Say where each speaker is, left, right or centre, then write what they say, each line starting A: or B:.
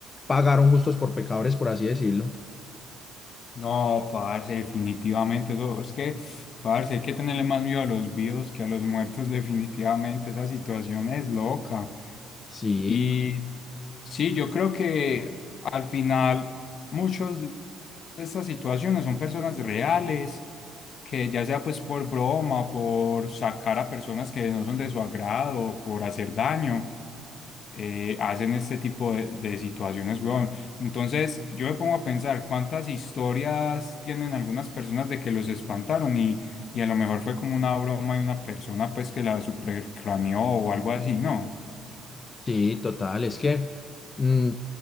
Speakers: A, on the left; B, on the left.
A: pagaron justos por pecadores, por así decirlo.
B: No, parce, definitivamente. Eso, es que, parce, hay que tenerle más miedo a los vivos que a los muertos, <laughs> definitivamente. Esa situación es loca.
A: Sí,
B: Y sí, yo creo que al final muchos de estas situaciones son personas reales, que ya sea pues por broma, por sacar a personas que no son de su agrado, por hacer daño, eh, hacen este tipo de, de situaciones, weón. Entonces, yo me pongo a pensar cuántas historias tienen algunas personas de que los espantaron y, y a lo mejor fue como una broma de una persona pues que la supercraneó o algo así, ¿no?
A: Sí, total, es que mm,